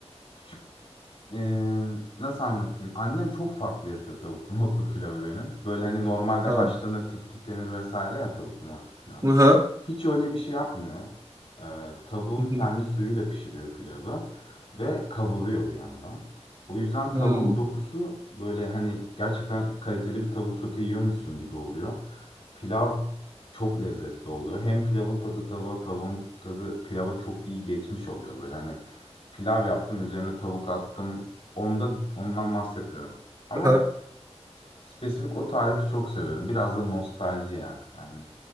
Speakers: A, on the left (about 55°); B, on the right (about 35°).
A: küçük e, nasıl anlatayım? Annem çok farklı yapıyor tavuklu <laughs> nohutlu pilavı benim. Böyle hani normalde
B: Ha.
A: haşlanır, tiftiklenir vesaire ya tavuklu nohutlu pilav.
B: Hı hı.
A: Hiç öyle bir şey yapmıyor. E, tavuğun
B: Hı
A: kendi
B: hı.
A: suyuyla pişiriyor pilavı ve kavuruyor bir yandan. O yüzden tavuğun
B: Hmm.
A: dokusu böyle hani gerçekten kaliteli bir tavuk sote yiyormuşsun gibi oluyor. Pilav çok lezzetli oluyor. Hem pilavın tadı tavuğa, tavuğun tadı pilava çok iyi geçmiş oluyor böyle hani pilav yaptım, üzerine tavuk attım. Onda ondan bahsetmiyorum. Ama
B: Hı hı.
A: spesifik o tarifi çok seviyorum. Biraz da nostalji ya. Yani